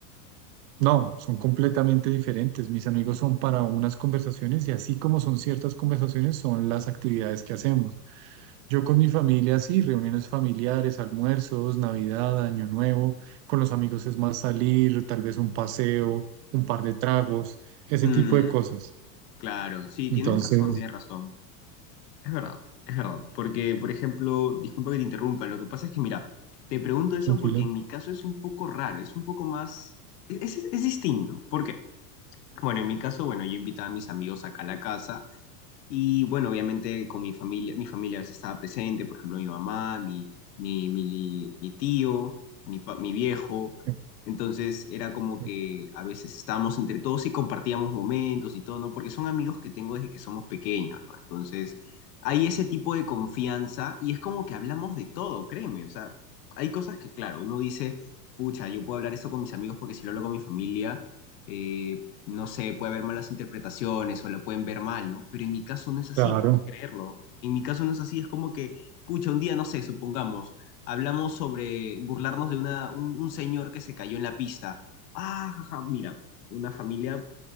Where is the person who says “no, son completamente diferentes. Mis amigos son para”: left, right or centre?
Right